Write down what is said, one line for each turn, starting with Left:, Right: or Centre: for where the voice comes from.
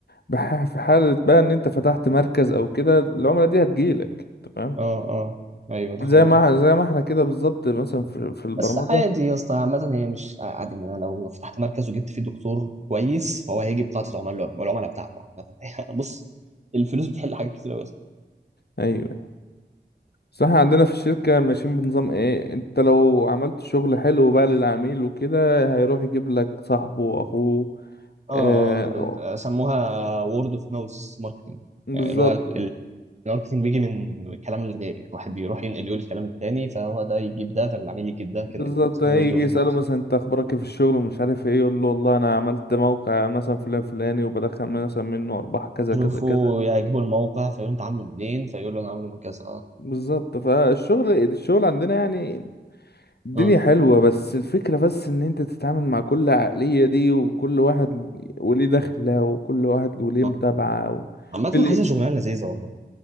Left: بح- في حاله بقى ان انت فتحت مركز او كده العملاء دي هتجيلك انت فاهم
Right: اه اه ايوه دي
Left: زي
Right: حقيقة
Left: ما زي ما احنا كده بالظبط مثلا في في البرمجه
Right: بس عادي يا اسطى عامة هي مش عادي ما انا لو فتحت مركز وجبت فيه دكتور كويس فهو هيجي بقاعدة عملاء العملاء بتاعته عامة <laughs> بص الفلوس بتحل حاجات كتير قوي
Left: ايوه بس احنا عندنا في الشركه ماشيين بنظام ايه انت لو عملت شغل حلو بقى للعميل وكده هيروح يجيب لك صاحبه واخوه
Right: اه
Left: آه،
Right: اه ال- سموها وورد اوف ماوس ماركتنج
Left: بالظبط
Right: يعني اللي هو ال- الماركتنج بيجي من الكلام الغير يعني الواحد بيروح ينقل يقول الكلام التاني فهو ده يجيب ده فالعميل يجيب ده
Left: بالظبط
Right: كده يعني اسمه
Left: يجي
Right: وورد وانفورس
Left: يسأله مثلا انت اخبارك ايه في الشغل ومش عارف ايه يقول له والله انا عملت موقع مثلا فلان فلاني وبدخل مثلا منه ارباح كذا
Right: يشوفوا
Left: كذا كذا
Right: يعجبوا الموقع فيقولوا انت عامله منين فيقول له انا عامله من كذا اه
Left: بالظبط فالشغل الشغل عندنا يعني الدنيا
Right: اه
Left: حلوة بس الفكرة بس ان انت تتعامل مع كل عقلية دي وكل واحد وليه دخلة وكل واحد وليه متابعة
Right: آه.
Left: و...
Right: عامة
Left: اللي
Right: حاسسها شغلانة لذيذة والله